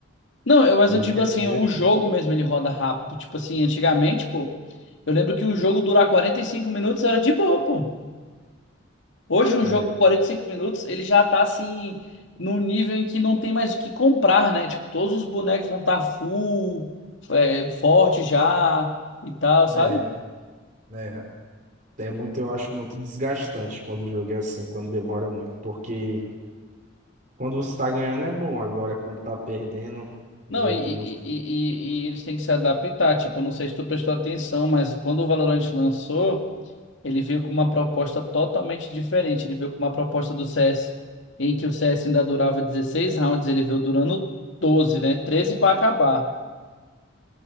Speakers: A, on the left; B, on the right.
A: Não, eu, mas
B: do
A: eu digo
B: dia
A: assim,
B: a dia.
A: o jogo mesmo ele roda rápido. Tipo assim, antigamente, pô, eu lembro que um jogo durar 45 minutos era de boa, pô. Hoje um
B: É,
A: jogo 45 minutos, ele já tá assim, num nível em que não tem mais o que comprar, né? Tipo, todos os bonecos vão estar full, é, forte já e tal, sabe?
B: é, né, é muito, eu acho muito desgastante quando o jogo é assim, quando demora muito, porque quando você tá ganhando é bom, agora quando tá perdendo,
A: Não,
B: meu
A: e,
B: Deus.
A: e- e- e- e eles têm que se adaptar. Tipo, eu não sei se tu prestou atenção, mas quando o Valorant lançou, ele veio com uma proposta totalmente diferente. Ele veio com uma proposta do CS, em que o CS ainda durava 16 rounds, ele veio durando 12, né? treze para acabar.